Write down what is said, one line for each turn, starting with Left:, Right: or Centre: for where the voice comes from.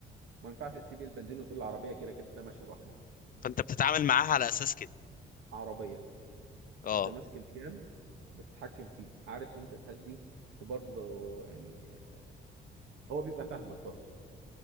Right: ما ينفعش تسيب البنزين وتقول العربية كده كده ماشية لوحدها
Left: فانت بتتعامل معاها على اساس كده
Right: عربية
Left: اه
Right: انت ماسك الجام بتتحكم فيه عارف امتى تهدي وبرضه لو- يعني هو بيبقى فاهمك برضه